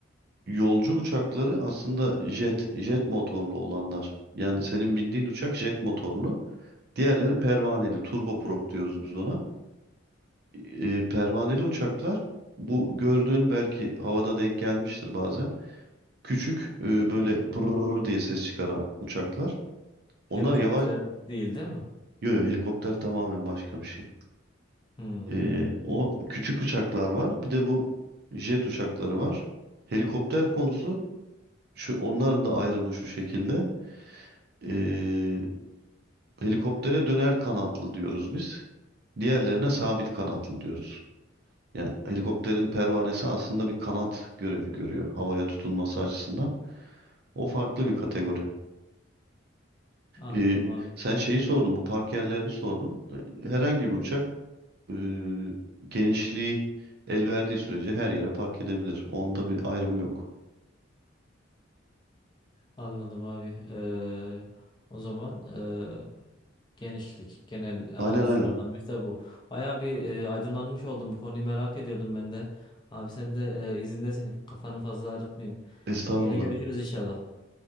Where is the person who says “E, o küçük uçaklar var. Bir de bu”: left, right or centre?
Right